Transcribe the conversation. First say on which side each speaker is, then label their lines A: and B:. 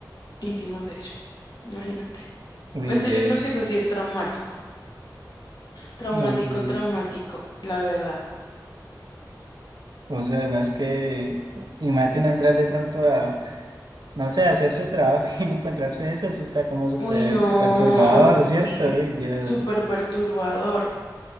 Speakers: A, on the left (about 65°); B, on the right (about 65°).
A: íntimas de ella. Imagínate.
B: uy
A: Entonces
B: Dios,
A: yo creo que eso sí es traumático, traumático,
B: no sé,
A: traumático, la verdad.
B: o sea, no es que, imagínate uno entrar de pronto a, no sé, a hacer su trabajo <laughs> y no encontrarse eso, sí está como súper
A: Uy, no,
B: perturbador,
A: horrible,
B: ¿cierto? Uy Dios.
A: súper perturbador.